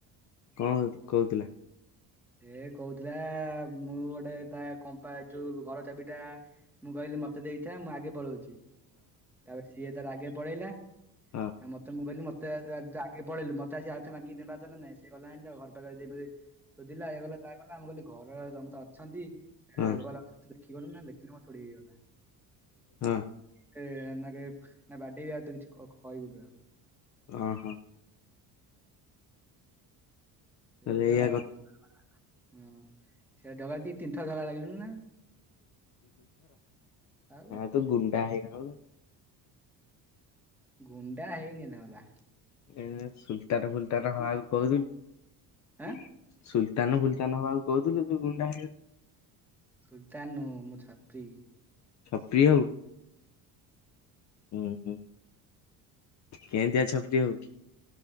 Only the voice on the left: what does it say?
କଣ କହୁଥିଲା?
ହଁ
ହଁ
ହଁ
ହଁ
ଅଁ ହଁ। ତାହେଲେ
ଏଇଆ
ହା ତୁ ଗୁଣ୍ଡା ହେଇଗଲୁଣୁ।
ଏନା ସୁଲତାନ୍ ଫୁଲତାନ୍ ହବାକୁ କହୁଥିଲୁ।
ସୁଲତାନ୍ ଫୁଲତାନ୍ ହବାକୁ କହୁଥିଲୁ ତୁ ଗୁଣ୍ଡା ହେଇଗଲୁ।
ଛପ୍ରି
ଉଁ ହୁଁ କେଁତିଆ ଛତ୍ରୀ ହବୁ?